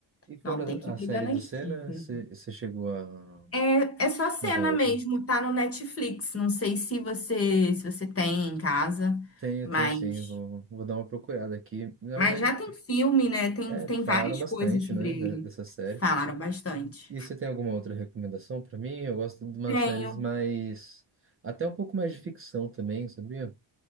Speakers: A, on the right (about 25°); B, on the left (about 30°).
A: E fora
B: Não, tem que
A: a
B: pegar
A: série
B: nas
A: do Senna,
B: dicas.
A: você chegou a,
B: É, é só cena
A: a ver outra?
B: mesmo, tá no Netflix. Não sei se você se você tem em casa,
A: Tenho,
B: mas
A: tenho sim, vou, vou dar uma procurada aqui. Na
B: Mas
A: verdade,
B: já tem filme, né? Tem,
A: é,
B: tem
A: falaram
B: várias
A: bastante,
B: coisas sobre
A: né,
B: ele.
A: de- dessa série.
B: Falaram bastante.
A: E você tem alguma outra recomendação para mim? Eu gosto de umas
B: Tenho.
A: séries mais... Até um pouco mais de ficção também, sabia?